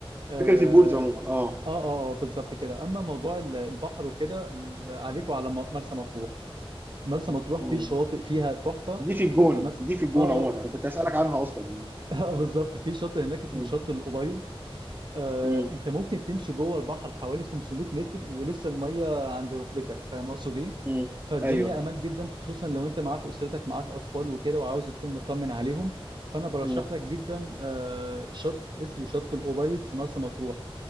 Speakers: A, on the right (about 50°); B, on the right (about 20°).
A: اه
B: فكره البولز عموما اه
A: اه, آه آه، بالظبط كده اما موضوع ال- البحر وكده ال- عليكوا على م- مرسى مطروح مرسى مطروح
B: مم.
A: في شواطئ فيها تحفة
B: دي في الجون
A: يعني مثلا
B: دي في الجون
A: اه
B: عموما
A: اه
B: انا كنت هسالك عنها اصلا يعني.
A: <laughs> آه، بالظبط في شاطئ هناك اسمه
B: مم.
A: شاطئ الأبيض آه
B: مم.
A: انت ممكن تمشي جوه البحر حوالي 500 متر ولسه المية عند ركبتك فاهم اقصد ايه
B: مم.
A: فالدنيا
B: ايوه
A: امان جدا خصوصا لو انت معاك اسرتك معاك اطفال وكده وعاوز تكون مطمن عليهم فانا برشح
B: مم.
A: لك جدا آه شط اسمه شط الأبيض في مرسى مطروح